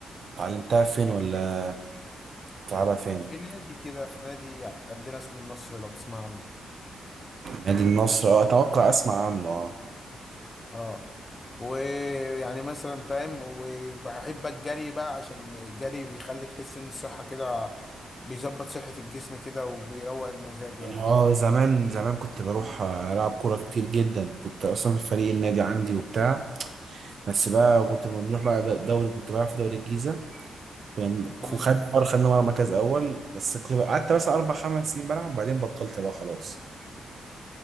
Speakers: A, on the right; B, on the left.
A: اتعلمتها فين ولا بتلعبها فين؟
B: في نادي كده في نادي عندنا اسمه النصر لو تسمع عنه
A: نادي النصر اه اتوقع اسمع عنه اه
B: اه ويعني مثلا فاهم وبحب الجري بقى عشان الجري بيخلي تحس ان الصحة كده بيظبط صحة الجسم كده وبيروق المزاج يعني
A: أنا اه زمان زمان كنت بروح آه، العب كورة كتير جدا كنت اصلا في فريق النادي عندي وبتاع بس بقى كنت لما بنروح بقى الدوري كنت بلعب في دوري الجيزة كنا-
B: امم
A: وخدنا مرة خدنا مرة مركز اول بس كنت بقى- قعدت بس اربع خمس سنين بلعب بعدين بطلت بقى خلاص